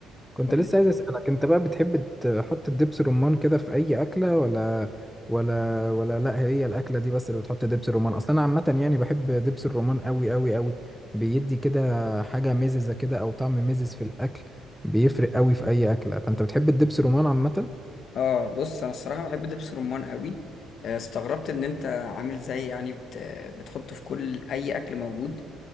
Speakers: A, in the centre; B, on the left.
A: كنت
B: قولي.
A: لسه عايز اسالك انت بقى بتحب تحط الدبس رمان كده في اي اكله ولا ولا ولا لا هي الاكله دي بس اللي بتحط دبس رمان اصلا انا عامه يعني بحب دبس الرمان قوي قوي قوي بيدي كده حاجه مززه كده او طعم مزز في الاكل بيفرق قوي في اي اكله فانت بتحب الدبس رمان عامه
B: آه بص أنا الصراحة بحب دبس رمان قوي آه استغربت إن أنت عامل زي يعني بت... بتحطه في كل أي أكل موجود